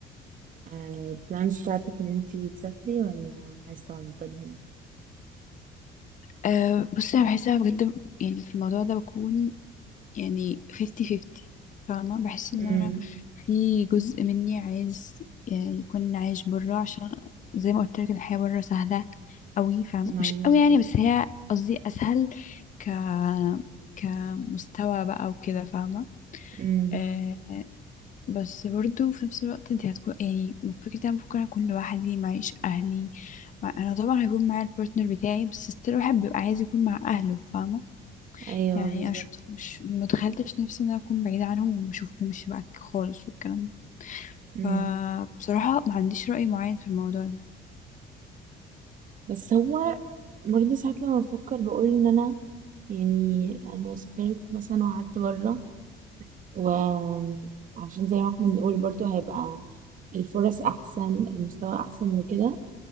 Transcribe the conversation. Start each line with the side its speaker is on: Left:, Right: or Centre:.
Right: البلانز بتاعتك ان انتي تسافري ولا عايزة تفضلي هنا
Left: أه بصي انا بحسها بجد يعني في الموضوع ده بكون يعني 50-50 فاهمة بحس ان
Right: امم
Left: انا في جزء مني عايز يعني يكون عايش برا عشان زي ما قلت لك الحياة برا سهلة قوي فاهمة
Right: ما
Left: مش
Right: ايوه
Left: قوي
Right: بالظبط
Left: يعني بس هي قصدي اسهل ك كمستوى بقى وكده فاهمة
Right: امم
Left: آه بس برضو في نفس الوقت انت هتكون يعني فكرة انا ممكن اكون لوحدي معيش اهلي مع... انا طبعا هيكون معايا البارتنر بتاعي بس ستيل الواحد بيبقى عايز يكون مع اهله فاهمة
Right: ايوه
Left: يعني
Right: بالظبط
Left: انا مش متخ- مش متخيلتش نفسي ان انا اكون بعيدة عنهم وما اشوفهمش بقى خالص والكلام ده
Right: امم
Left: فبصراحة ما عنديش رأي معين في الموضوع ده
Right: بس هو برضه ساعات لما بفكر بقول ان انا يعني انا لو سافرت مثلا وقعدت بره وعشان زي ما احنا بنقول برضو هيبقى الفرص احسن المستوى احسن وكده